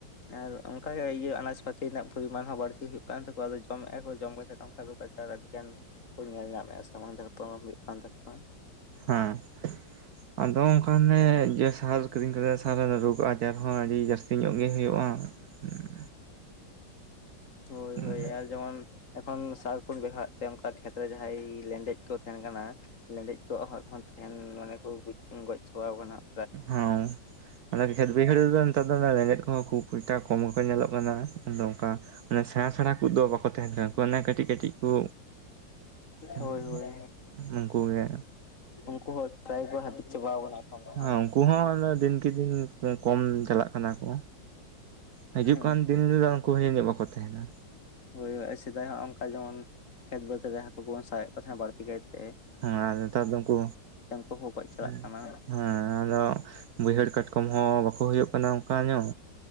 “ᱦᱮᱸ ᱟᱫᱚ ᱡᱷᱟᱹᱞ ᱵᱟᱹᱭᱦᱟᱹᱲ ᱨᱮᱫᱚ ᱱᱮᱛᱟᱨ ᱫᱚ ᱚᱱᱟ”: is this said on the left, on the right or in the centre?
Right